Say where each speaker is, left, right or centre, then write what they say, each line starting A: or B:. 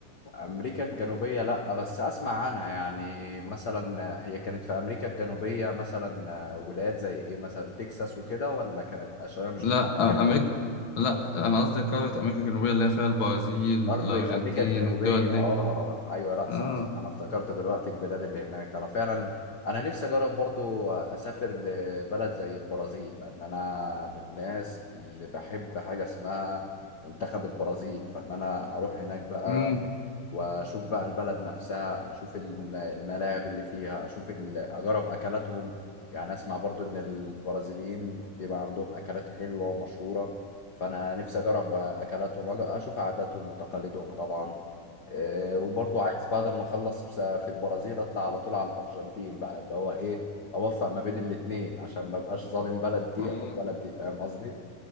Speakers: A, on the left (about 65°); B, on the left (about 40°).
A: امريكا الجنوبيه لا بس اسمع عنها يعني مثلا هي كانت في امريكا الجنوبيه مثلا آه، ولايات زي ايه مثلا تكساس وكده ولا كانت عشان انا مش
B: لا
A: متذكر قوي
B: امريكا لا انا قصدي قاره امريكا الجنوبيه اللي هي فيها البرازيل الارجنتين
A: قارة أمريكا الجنوبية
B: الدول دي
A: آه أيوة لأ صح
B: اه
A: صح أنا افتكرت دلوقتي البلاد اللي هناك أنا فعلا أنا نفسي أجرب برضو أسافر لبلد زي البرازيل لأن أنا من الناس اللي بحب حاجة اسمها منتخب البرازيل فإن أنا أروح هناك بقى
B: امم
A: واشوف بقى البلد نفسها اشوف الم- الملاعب اللي فيها اشوف ال- اجرب اكلاتهم يعني اسمع برضو ان البرازيليين بيبقى عندهم اكلات حلوة ومشهورة فانا نفسي اجرب اكلاتهم أج- اشوف عاداتهم وتقاليدهم طبعا إيه، وبرضو عايز بعد ما اخلص بس- في البرازيل اطلع على طول على الارجنتين بقى اللي هو ايه اوفق ما بين الاتنين عشان ما بقاش ظالم بلد دي
B: امم
A: او بلد دي فاهم قصدي